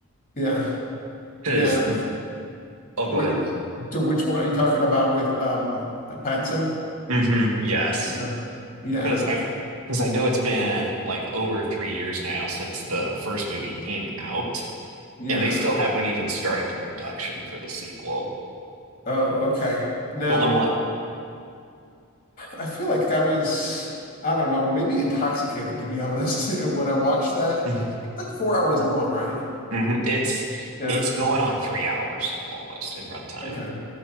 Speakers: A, on the left; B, on the right.
A: Yeah,
B: Because,
A: yeah.
B: oh, go
A: Wh-
B: ahead.
A: to which one are you talking about with um, Pattinson?
B: hmm yes.
A: Okay. Yeah,
B: Because I've, because I know it's been like over three years now since the first movie came out,
A: yeah.
B: and they still haven't even started production for the sequel.
A: Oh, okay. Now,
B: So I'm like,
A: I feel like I was, I don't know, maybe intoxicated, to be honest, <laughs> when I watched that.
B: hmm
A: It's like four hours long, right?
B: hmm It's,
A: Yeah.
B: it's going on three hours almost in runtime.
A: Okay.